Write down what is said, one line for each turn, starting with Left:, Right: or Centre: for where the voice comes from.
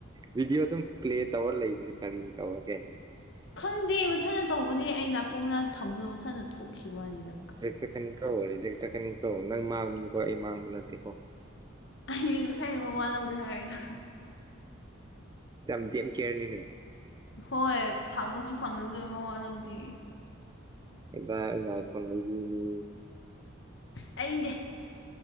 Right: ꯚꯤꯗꯤꯑꯣ ꯑꯗꯨꯝ ꯄ꯭ꯂꯦ ꯇꯧꯔ ꯂꯩꯕꯁꯦ ꯀꯔꯤ ꯇꯧꯔꯒꯦ
Left: ꯈꯪꯗꯦ ꯃꯊꯟꯅ ꯇꯧꯕꯗꯤ ꯑꯩ ꯅꯥꯀꯣꯡꯅ ꯊꯝꯗ ꯃꯊꯟꯗ ꯊꯣꯛꯈꯤꯕꯅꯤꯗ
Right: ꯆꯦꯛ ꯆꯠꯀꯅꯤꯀꯣ ꯔꯤꯖꯦꯛ ꯆꯠꯀꯅꯤ ꯀꯣ ꯅꯪ ꯃꯥꯡꯕꯅꯤꯀꯣ ꯑꯩ ꯃꯥꯡꯕ ꯅꯠꯇꯦꯀꯣ
Left: ꯑꯩꯗꯤ ꯉꯁꯥꯏꯅ ꯃꯋꯥ ꯂꯧꯗꯦ ꯍꯥꯏꯔꯒ
Right: ꯌꯥꯝ ꯗꯦꯝ ꯀꯦꯔꯅꯤꯅꯦ
Left: ꯍꯣꯏ ꯐꯪꯉꯁꯨ ꯐꯪꯗꯔꯁꯨ ꯃꯋꯥ ꯂꯧꯗꯦ
Right: ꯑꯗꯨ ꯑꯩꯗꯤ ꯑꯥꯏꯐꯣꯟ ꯂꯩꯕꯤꯅꯤ
Left: ꯑꯩꯅꯦ